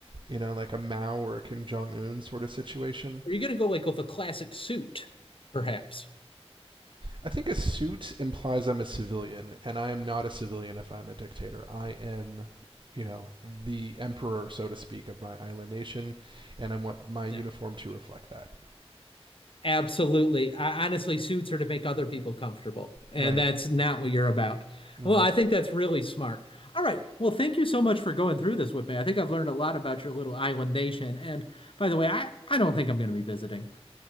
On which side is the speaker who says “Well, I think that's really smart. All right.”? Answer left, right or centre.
Left